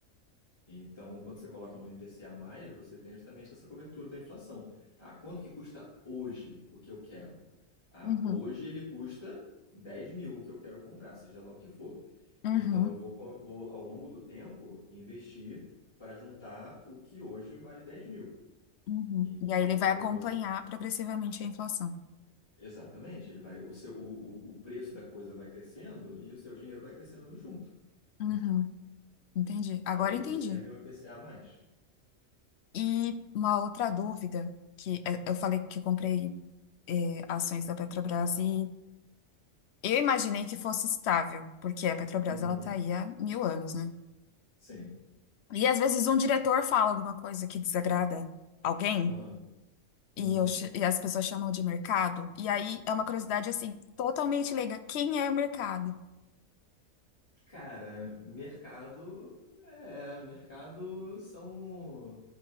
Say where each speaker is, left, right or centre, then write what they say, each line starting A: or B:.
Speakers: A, on the left; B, on the left.
A: Então, quando você coloca no IPCA+, você tem justamente essa cobertura da inflação. Ah, quanto que custa hoje o que eu quero? Ah,
B: Uhum,
A: hoje ele custa 10 mil o que eu quero comprar, seja lá o que for.
B: uhum,
A: Então, eu vou, co- vou ao longo do tempo, investir para juntar o que hoje vale 10 mil.
B: uhum.
A: Então,
B: E aí ele vai acompanhar
A: você...
B: progressivamente a inflação.
A: Exatamente, ele vai, o seu, o, o o preço da coisa vai crescendo e o seu dinheiro vai crescendo junto,
B: Uhum,
A: né?
B: entendi. Agora
A: Para isso
B: entendi.
A: serve um IPCA+.
B: E uma outra dúvida, que é, eu falei que eu comprei é, ações da Petrobras e eu imaginei que fosse estável, porque a Petrobras
A: Uhum.
B: ela tá aí há mil anos, né?
A: Sim.
B: E às vezes um diretor fala alguma coisa que desagrada alguém
A: Aham. Uhum.
B: e, eu ch- e as pessoas chamam de mercado. E aí é uma curiosidade assim, totalmente leiga. Quem é o mercado?
A: Cara, mercado é, mercado são